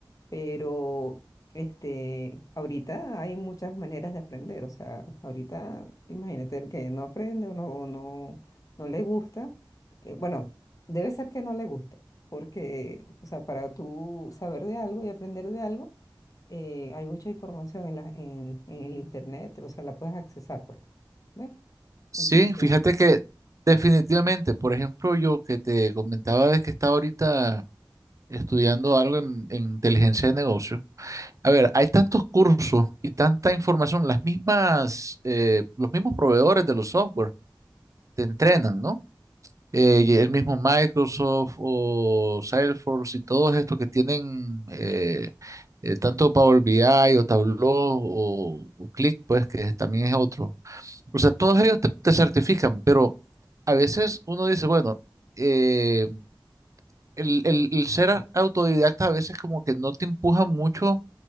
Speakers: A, on the left; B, on the right.
A: Pero este, ahorita hay muchas maneras de aprender. O sea, ahorita imagínate el que no aprende o no, o no, no le gusta. eh, bueno, debe ser que no le gusta. Porque, o sea, para tú saber de algo y aprender de algo, eh, hay mucha información en la, en, en el internet, o sea, la puedes accesar, pues. ¿Ves?
B: Sí,
A: Entonces,
B: fíjate que definitivamente, por ejemplo, yo que te comentaba de que estaba ahorita estudiando algo en, en inteligencia de negocios. A ver, hay tantos cursos y tanta información, las mismas, eh, los mismos proveedores de los software te entrenan, ¿no? eh, el mismo Microsoft o Salesforce y todos estos que tienen eh, eh, tanto Power BI o Tableau o, o Click, pues que también es otro. O sea, todos ellos te, te certifican, pero a veces uno dice, bueno, eh, el, el- el ser autodidacta a veces como que no te empuja mucho.